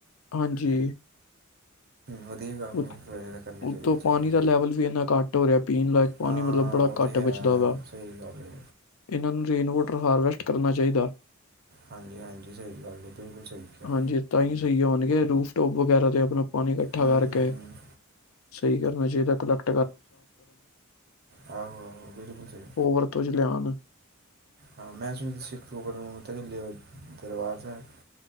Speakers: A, on the left; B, on the right.
A: ਹਾਂਜੀ।
B: ਵਦੀਆ ਕੰਮ
A: ਉਤ-
B: ਏ, ਵੈਹੇ ਤਾਂ ਕਰਨਾ ਚਾਹੀਦੇ,
A: ਉੱਤੋਂ
B: ਚਲੋ।
A: ਪਾਣੀ ਦਾ ਲੈਵਲ ਵੀ ਏਨਾ ਘਾਟ ਹੋ ਰੇਆ, ਪੀਣ ਲਾਇੱਕ ਪਾਣੀ,
B: ਹਾਂ
A: ਮਤਲਬ ਬੜਾ
B: ਉਹ
A: ਘਾਟ
B: ਤਾਂ ਹੈ
A: ਬਚਦਾ ਵਾਂ।
B: ਸਹੀ ਗੱਲ ਹੈ
A: ਏਨਾਂ ਨੂੰ ਰੇਨ ਵੋਟਰ ਹਾਰਵੈਸਟ ਕਰਨਾ ਚਾਈਦਾ।
B: ਹਾਂਜੀ-ਹਾਂਜੀ, ਸਈ ਗੱਲ ਏ, ਬਿਲਕੁਲ ਸਈ ਕੇਆ।
A: ਹਾਂਜੀ ਤਾਂ ਈ ਸਈ ਹੋਣਗੇ, ਰੂਫ ਟੋਪ ਵਗੈਰਾ ਤੇ ਅਪਣਾ ਪਾਣੀ ਇਕੱਠਾ
B: ਹੂੰ
A: ਕਰਕੇ, ਸਈ ਕਰਨਾ ਚਾਈਦਾ <unintelligible>
B: ਆਹੋ-ਆਹੋ, ਬਿਲਕੁਲ ਸਈ।
A: ਉਹ ਵਰਤੋਂ ਚ ਲਿਆਉਣ
B: ਹਾਂ ਮੈਂ ਸੁਣਿਆ ਤੁਸੀ ਸਿੱਖ <unintelligible> ਤੇ ਨਈ ਲੇਆ, ਦਰਬਾਰ ਸੈਬ।